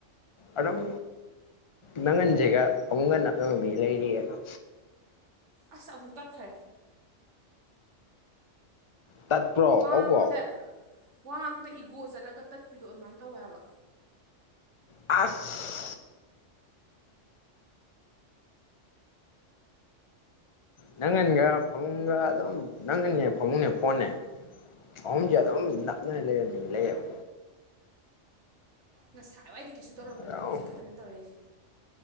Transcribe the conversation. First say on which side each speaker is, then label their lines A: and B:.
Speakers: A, on the left; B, on the right.
A: ꯑꯗꯨꯝ ꯅꯪꯒꯟꯖꯤꯒ ꯐꯃꯨꯡꯒ ꯅꯞꯅꯕ ꯃꯤ ꯂꯩꯔꯤꯌꯦ ꯑꯃ
B: ꯑꯁ ꯑꯃꯨꯛ ꯇꯠꯈ꯭ꯔꯦ
A: ꯇꯠꯄ꯭ꯔꯣ
B: ꯋꯥ
A: ꯍꯧꯕ꯭ꯔꯣ
B: ꯉꯥꯡꯉꯛꯄꯗ ꯋꯥ ꯉꯥꯡꯗ ꯏꯒꯣ ꯆꯠꯂꯒ ꯇꯠꯄꯤꯗꯣ ꯑꯗꯨꯃꯥꯏ ꯇꯧꯋꯦ ꯍꯥꯏꯕ
A: ꯑꯁ ꯅꯪꯒꯟꯒ ꯐꯃꯨꯡꯒ ꯑꯗꯨꯝ ꯅꯪꯒꯟꯅꯦ ꯐꯃꯨꯡꯅꯦ ꯐꯣꯟꯅꯦ ꯑꯍꯨꯝꯁꯦ ꯑꯗꯨꯝ ꯅꯞꯅꯔ ꯂꯩꯕ ꯃꯤ ꯂꯩꯌꯦꯕ
B: ꯉꯁꯥꯏ ꯋꯥꯏꯗꯤ ꯀꯩꯁꯨ ꯇꯧꯔꯝꯗꯕꯅꯤ
A: ꯑꯗꯨꯝ
B: ꯍꯧꯖꯤꯛ ꯈꯛꯇꯅꯦ ꯇꯧꯔꯛꯏꯖꯦ